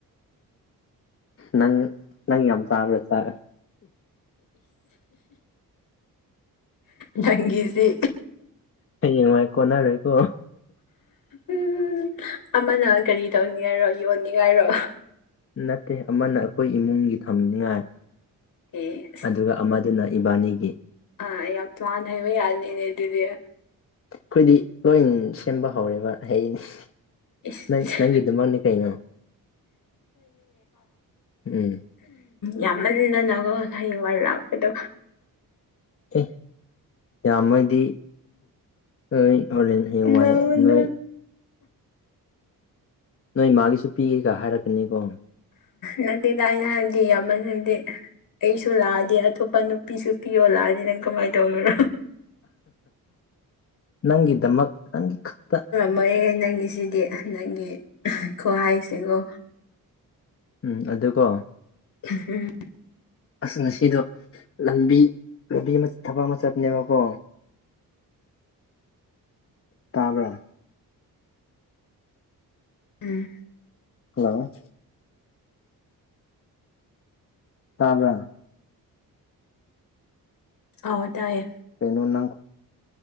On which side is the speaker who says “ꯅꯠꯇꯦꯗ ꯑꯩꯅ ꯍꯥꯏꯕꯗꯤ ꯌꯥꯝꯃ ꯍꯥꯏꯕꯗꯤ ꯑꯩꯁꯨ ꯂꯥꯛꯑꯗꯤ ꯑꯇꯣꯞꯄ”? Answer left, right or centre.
Left